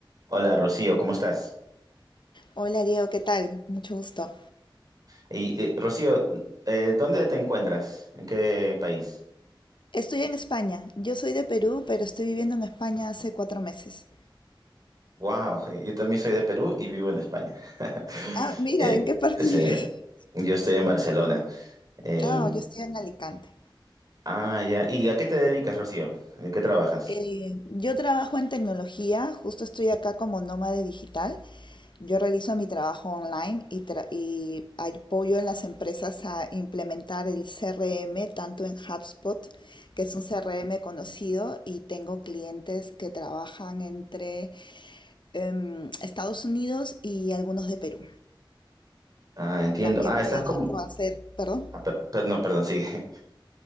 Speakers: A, on the right; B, on the left.
A: Hola Rocío, ¿cómo estás?
B: Hola Diego, ¿qué tal? Mucho gusto.
A: Y eh, Rocío, eh, ¿dónde te encuentras? ¿En qué país?
B: Estoy en España. Yo soy de Perú, pero estoy viviendo en España hace cuatro meses.
A: Wow, yo también soy de Perú y vivo en España. <laughs>
B: Ah, mira,
A: Eh,
B: ¿en qué parte
A: sí,
B: vives? <laughs>
A: yo estoy en Barcelona. Eh,
B: Ah, yo estoy en Alicante.
A: ah, ya. ¿Y a qué te dedicas, Rocío? ¿En qué trabajas?
B: Eh, yo trabajo en tecnología, justo estoy acá como nómade digital. Yo realizo mi trabajo online y, tra- y apoyo a las empresas a implementar el CRM, tanto en HubSpot, que es un CRM conocido, y tengo clientes que trabajan entre em, Estados Unidos y algunos de Perú.
A: Ah, entiendo.
B: También
A: Ah, estás
B: me dedico
A: como...
B: a hacer, perdón,
A: ah, per- per- no, perdón, sigue.